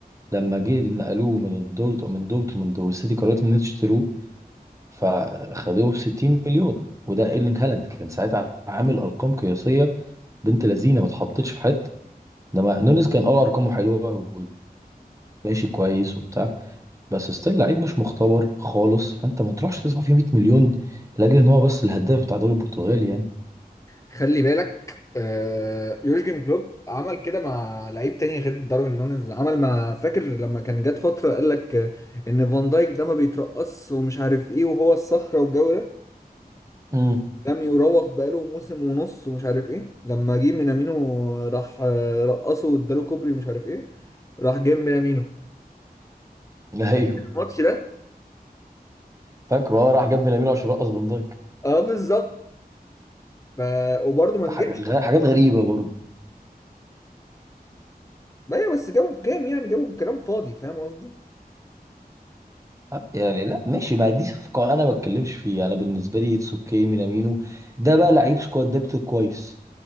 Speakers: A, on the right; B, on the left.
A: لما جه نقلوه من الدورت من دورتموند والسيتي قررت ان هي تشتروه فخدوه ب 60 مليون وده ايرلينج هالاند كان ساعتها عامل ارقام قياسيه بنت لذينه ما اتحطتش في حته انما نونيز كان اه ارقامه حلوه وماشي كويس وبتاع بس ستيل لعيب مش مختبر خالص فانت ما تروحش تدفع فيه 100 مليون لاجل ان هو بس الهداف بتاع الدوري البرتغالي يعني
B: خلي بالك آه، يورجن كلوب عمل كده مع لعيب تاني غير داروين نونيز عمل مع فاكر لما كان جات فترة قال لك آه، ان فان دايك ده ما بيترقص ومش عارف ايه وهو الصخرة والجو ده
A: امم
B: لم يراوغ بقاله موسم ونص ومش عارف ايه لما جه مينامينو راح آه، رقصه واداله كوبري ومش عارف ايه راح جاب مينامينو
A: <laughs> ايوه
B: الماتش ده
A: فاكره اه راح جاب بنامينو عشان رقص فان دايك
B: اه بالظبط ف... وبرضه ما نجحش
A: ح- غ- حاجات غريبه برضه
B: ايوه بس جابوا في كام يعني جابوا بكلام فاضي فاهم قصدي
A: أه، يعني لا ماشي ما دي صفقه انا ما بتكلمش فيها انا بالنسبه لي اتس اوكي مينامينو ده بقى لعيب سكواد ديبت كويس